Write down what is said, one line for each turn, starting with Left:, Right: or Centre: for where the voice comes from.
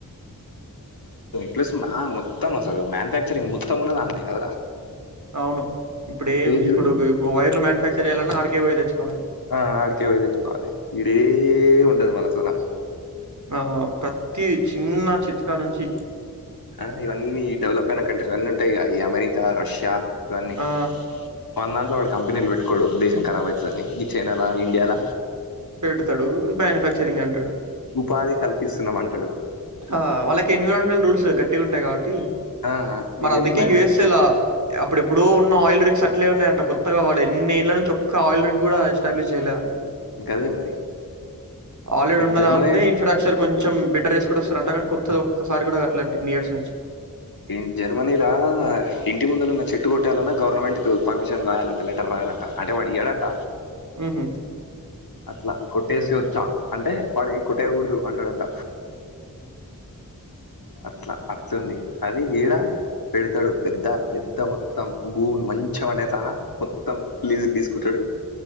Left: ప్లస్మా మొత్తం అసలు మ్యానుఫ్యాక్చరింగ్ మొత్తం ఉనే అన్నాయి అడ్నే కదా
Right: అవును ఇప్పుడ ఏం
Left: చూడు
Right: ఇప్పుడు వైర్లు మ్యానుఫ్యాక్చర్ ఎలా అకేయిదచ్చు <unintelligible>
Left: ఆ అడ్కే పోయి తెచ్చుకోవాలి ఇడా ఏం ఉండవ్ ఉండేది మనతోన
Right: ఆ పతి చిన్న చిట్కా నుంచి
Left: ఆ ఇవన్నీ డెవలప్ అయిన కంట్రీలు అన్నీ ఉంటాయి ఈక అమెరికా రష్యా ఇవన్నీ
Right: ఆ!
Left: వందంట్లో వాడు కంపెనీలు పెట్టుకోడు దేశం కారబ్ అవుతుందని ఈ చైనా లా ఇండియాల
Right: పెడతాడు మఫక్చరింగ్ అంటాడు
Left: ఉపాధి కల్పిస్తున్నాం అంటాడు
Right: హా వాళ ఎన్రామెట్ రూల్స్ కట్టి ఉంటాయి కాట్
Left: ఆ, మీకు
Right: మరి అందుకే
Left: ఎంప్లాయ్మెంట్
Right: యు ఎస్ ఏ ల అప్పుడెప్పుడో ఉన్న ఆయిల్ రీగ్స్ అట్లే ఉన్నాయంట కొత్తగా వాడెన్ని ఏళ్ళ నుంచి ఒక్క ఆయిల్ రిగ్ కూడా ఎస్టాబ్లిష్ చేయలే అంట
Left: గదే మరి
Right: ఆల్రెడీ
Left: మీకు
Right: ఉన్నదాందే
Left: జర్మనీ
Right: ఇన్ఫ్రాస్ట్రక్చర్ కొంచెం బెటర్ చేస్ కుడుస్తరు అంట కానీ కొత్తది ఒక్కసారి కూడా కట్లే అంట ఇన్ని ఇయర్స్ నుంచి
Left: ఈన్ జర్మనీల ఇంటి ముందలున్న చెట్టు కొట్టాలన్నా గవర్నమెంట్ కు పర్మిషన్ రాయాలంట లెటర్ రాయాలంట అంటే వాడు ఇయ్యడంట
Right: హుహు.
Left: అట్లా కొట్ ట్టేసి వచ్చా అంటే వాడు ఏయ్ కొట్టేయకూడదు అంటాడంట అట్లా అట్లుంది అది ఈడ పెడతడు పెద్ద పెద్ద మొత్తం భూములు మంచం అనే తాన మొత్తం లీజుకు తీసుకుంటాడు